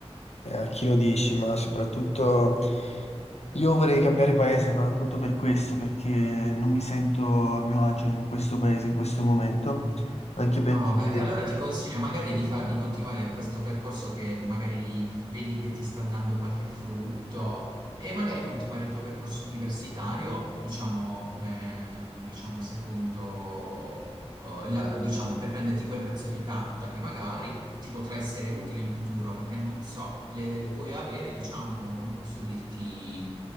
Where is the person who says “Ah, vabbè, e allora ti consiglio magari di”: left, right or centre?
Right